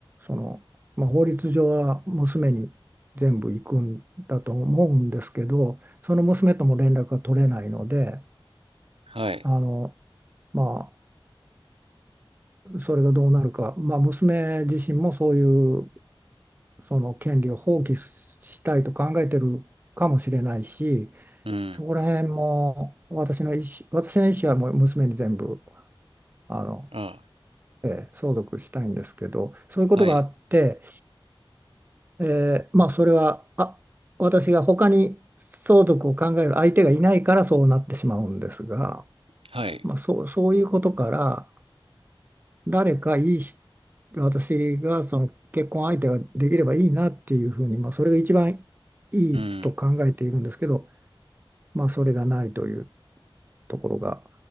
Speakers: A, on the right; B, on the right.
A: その、まあ、法律上は娘に全部行くんだと思うんですけど、その娘とも連絡が取れないので、
B: はい。
A: あの、まあそれがどうなるか、まあ、娘自身もそういうその権利を放棄したいと考えてるかもしれないし、
B: うん。
A: そこら辺も私の意思、私の意思はもう娘に全部あの、
B: あ、
A: えー相続したいんですけど、そういうことがあって、
B: はい。
A: えーまあ、それはあ私が他に相続を考える相手がいないからそうなってしまうんですが、
B: はい。
A: まあ、そう、そういうことから。誰かいいし私がその結婚相手ができればいいなっていうふうに、まあ、それが一番いいと考えているんですけど、
B: うん。
A: まあ、それがないというところが